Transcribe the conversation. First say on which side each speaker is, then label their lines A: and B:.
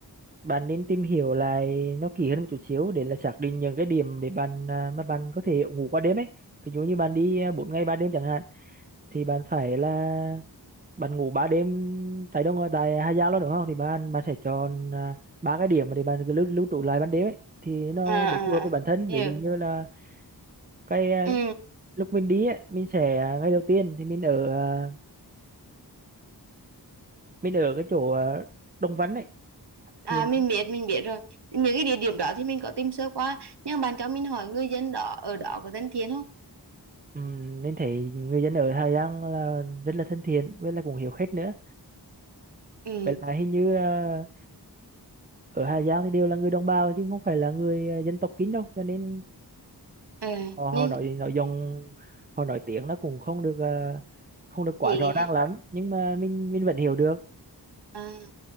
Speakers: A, on the right; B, on the right.
A: bạn nên tìm hiểu lại nó kỹ hơn một chút xíu để là xác định những cái điểm để bạn à, mà bạn có thể ngủ qua đêm ấy. Ví dụ như bạn đi à, 4 ngày 3 đêm chẳng hạn thì bạn phải là bạn ngủ 3 đêm tại đâu tại Hà Giang luôn đúng không thì bạn bạn sẽ chọn à, ba cái điểm mà để bạn cứ lưu lưu trú lại ban đêm ấy thì nó
B: à à
A: để phù hợp với
B: à,
A: bản thân
B: hiểu
A: ví dụ như là cái à,
B: ừ
A: lúc mình đi ấy, mình sẽ à, ngày đầu tiên thì mình ở à, mình ở cái chỗ à, Đồng Văn ấy thì
B: à mình biết mình biết rồi những cái địa điểm đó thì mình có tìm sơ qua nhưng bạn cho mình hỏi người dân đó ở đó có thân thiện không
A: ừm, mình thấy người dân ở Hà Giang là rất là thân thiện với là cũng hiểu khách nữa
B: ừ
A: vậy là hình như à, ở Hà Giang thì đều là người đồng bào chứ không phải là người à, dân tộc Kín đâu cho nên
B: ừ
A: họ, họ
B: nhưng
A: nói nội dung họ nói tiếng nó cũng không được ờ, không được quá
B: gì
A: rõ
B: nghe.
A: ràng lắm nhưng mà mình mình vẫn hiểu được
B: à